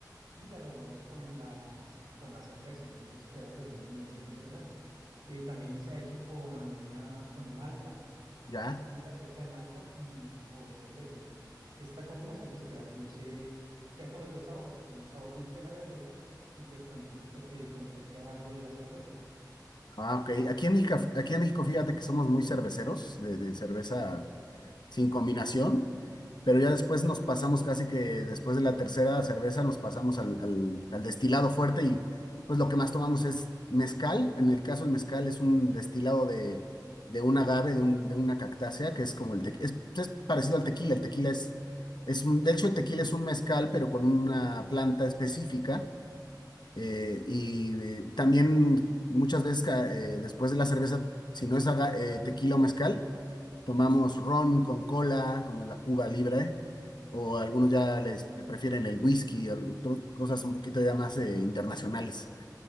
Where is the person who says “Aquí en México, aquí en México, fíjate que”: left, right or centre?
Left